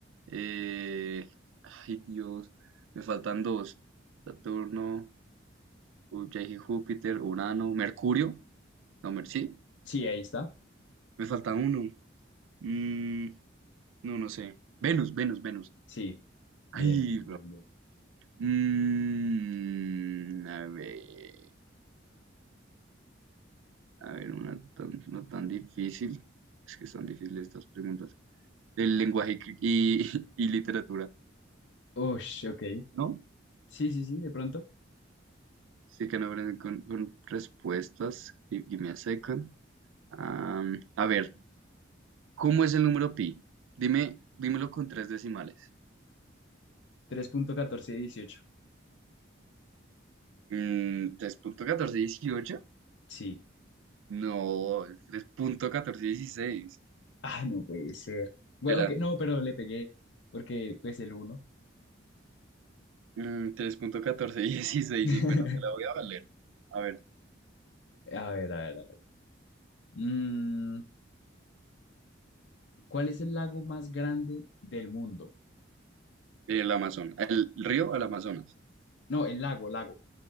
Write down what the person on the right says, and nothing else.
eh, ay Dios, me faltan dos. Saturno, Ju- ya dije Júpiter, Urano, Mercurio. No, Mer- sí,
me falta uno. Mm, no, no sé. Venus, Venus, Venus.
Ay,
bro.
Mm, a ver, a ver, una tan- no tan difícil. Es que están difíciles estas preguntas. El lenguaje y, <laughs> y literatura,
¿no?
Sí, que no aprenden con, con respuestas. y Give me asecan. Am, a ver, ¿cómo es el número pi? Dime, dímelo con tres decimales.
Mm, ¿tres punto catorce dieciocho.
No, tres punto catorce dieciséis.
Era
mm, 3.1416.
Y bueno, te la voy a valer. A ver,
el Amazonas. El río al Amazonas.